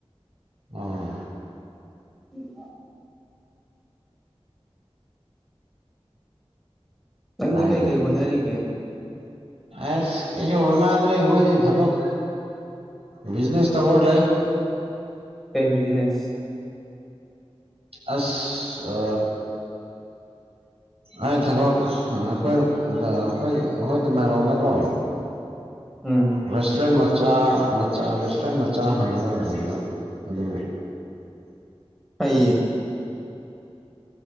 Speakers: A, on the right; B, in the centre.
A: ꯎꯝ
B: ꯎꯝ ꯅꯪꯗꯤ
A: ꯍꯥꯏꯅꯦ
B: ꯀꯩꯀꯩ ꯍꯣꯠꯅꯔꯤꯒꯦ
A: ꯑꯁ ꯀꯩꯁꯨ ꯍꯣꯠꯅꯥꯗ꯭ꯔꯦ ꯑꯩꯈꯣꯏꯗꯤ ꯊꯕꯛ ꯕꯤꯖꯤꯅꯦꯁ ꯇꯧꯔꯥ ꯂꯩ
B: ꯑꯩ ꯕꯤꯅꯦꯁ
A: ꯑꯁ
B: <unintelligible>
A: ꯑꯩ ꯊꯕꯛ ꯑꯩꯈꯣꯏ ꯑꯩꯣꯏ ꯑꯩꯈꯣꯏ ꯇ ꯃꯥꯏꯔꯣꯗꯀꯣ
B: ꯎꯝ
A: ꯔꯦꯁꯇꯨꯔꯦꯟ ꯃꯆꯥ ꯃꯆꯥ ꯔꯦꯁꯇꯨꯔꯦꯟ ꯃꯆꯥ ꯍꯪꯅꯔꯅꯤꯗꯣ ꯑꯗ
B: ꯐꯩꯌꯦ